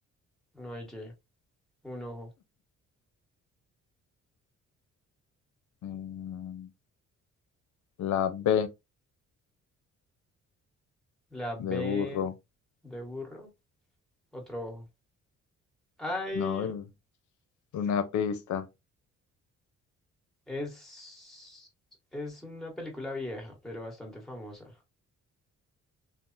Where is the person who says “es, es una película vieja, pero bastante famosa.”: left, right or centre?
Centre